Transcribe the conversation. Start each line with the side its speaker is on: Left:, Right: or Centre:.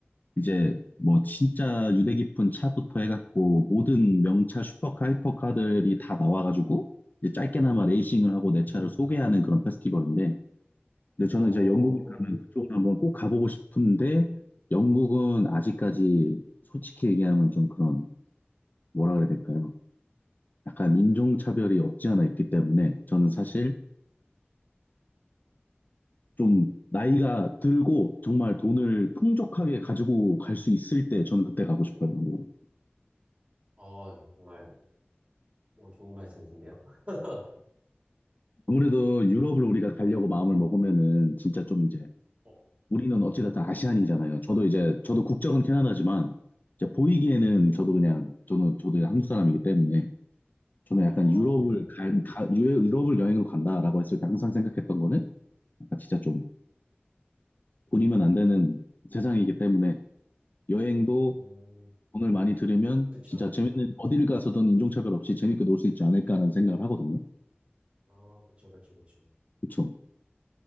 Left: 이제 뭐 진짜 유대 깊은 차부터 해갖고 모든 명차 슈퍼카 하이퍼카들이 다 나와가지고 이제 짧게나마 레이싱을
Right: 음.
Left: 하고 내 차를 소개하는 그런 페스티벌인데 근데 저는
Right: 어,
Left: 이제 영국에 가면 그쪽을 한번 꼭 가보고 싶은데 영국은 아직까지 솔직히 얘기하면 좀 그런 뭐라 그래야 될까요? 약간 인종차별이 없지 않아 있기 때문에 저는 사실 좀 나이가 들고 정말 돈을 풍족하게 가지고 갈 수 있을 때 저는 그때 가고 싶어요. 영국.
Right: 아, 정말. 뭐 좋은 말씀이신데요. <laughs>
Left: 아무래도 유럽을 우리가 가려고 마음을 먹으면은 진짜 좀 이제
Right: 어,
Left: 우리는 어찌됐든 아시안이잖아요.
Right: 일단.
Left: 저도 이제 저도 국적은 캐나다지만 이제 보이기에는 저도 그냥 저는 저도 이제 한국 사람이기 때문에 저는
Right: 아,
Left: 약간 유럽을
Right: 네네.
Left: 간- 가, 유- 유럽을 여행으로 간다라고 했을 때 항상 생각했던 거는 약간 진짜 좀 돈이면 안 되는 세상이기 때문에 여행도
Right: 음,
Left: 돈을 많이 들으면
Right: 그쵸.
Left: 진짜 재밌는 어딜 가서든 인종차별 없이 재밌게 놀 수 있지 않을까라는 생각을 하거든요.
Right: 아, 그쵸, 그쵸, 그쵸.
Left: 그쵸?